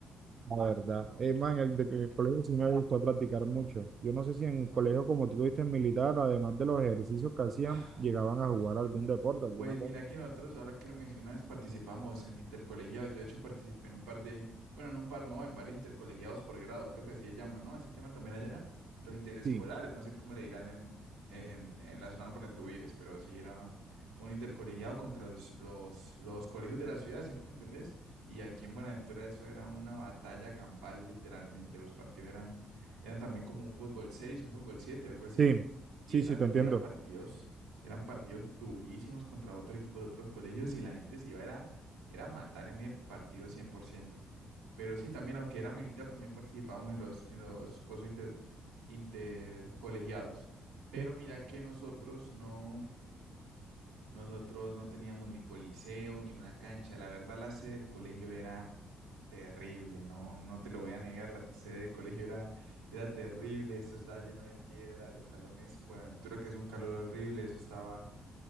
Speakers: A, on the right; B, on the right.
A: la verdad.
B: Ok,
A: Es más, en el, de-
B: ok.
A: en el colegio sí me gustó practicar mucho. Yo no sé si en el
B: ok.
A: colegio, como tú tuviste en militar, además de los ejercicios que hacían,
B: <laughs>
A: llegaban a jugar algún deporte, alguna
B: Pues
A: cosa.
B: mira que nosotros, ahora que lo mencionas, participamos en intercolegiados. Yo de hecho participé en un par de, bueno, en un par no, en varios intercolegiados por grado, creo que así se llaman, ¿no? Así llaman también allá los interescolares,
A: Sí,
B: no sé cómo le dirán en, en, en la zona por donde tú vives, pero sí era un intercolegiado contra los, los, los colegios de la ciudad, ¿sí me entendés? Y aquí en Buenaventura eso era una batalla campal, literalmente. Los partidos eran, eran también como un fútbol seis un fútbol siete algo así
A: sí,
B: y
A: sí,
B: eran,
A: sí, te entiendo.
B: y eran partidos eran partidos durísimos contra otros equipos de otros colegios y la gente se iba era, era a matar en el partido cien por ciento Pero sí, también, aunque era militar, también participábamos en los, en los cosos inter, intercolegiados. Pero
A: Sí.
B: mira que nosotros no, nosotros no teníamos ni coliseo ni una cancha. La verdad, la sede del colegio era terrible, no, no te lo voy a negar, la sede del colegio era, era terrible, eso estaba lleno de piedra, los salones, bueno, Ventura que es un calor horrible, eso estaba